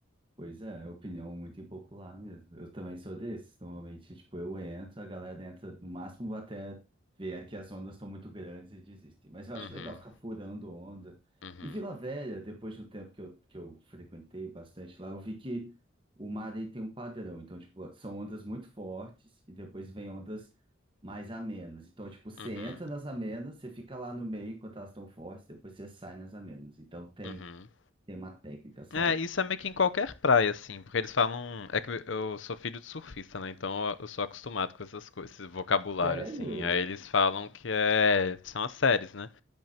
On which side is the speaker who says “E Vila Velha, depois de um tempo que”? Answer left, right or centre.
Right